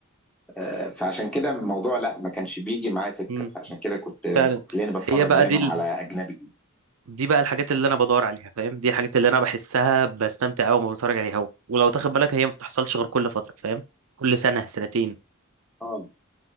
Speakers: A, in the centre; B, on the right.
A: آه، فعشان كده الموضوع لا ما كانش بيجي معايا سكه
B: امم
A: فعشان كده كنت
B: فعلا
A: كنت لاني بتفرج
B: هي بقى
A: دايما
B: دي
A: على اجنبي
B: دي بقى الحاجات اللي انا بدور عليها فاهم دي الحاجات اللي انا بحسها بستمتع قوي وما بتفرج عليها ولو تاخد بالك هي ما بتحصلش غير كل فتره فاهم كل سنه سنتين
A: اه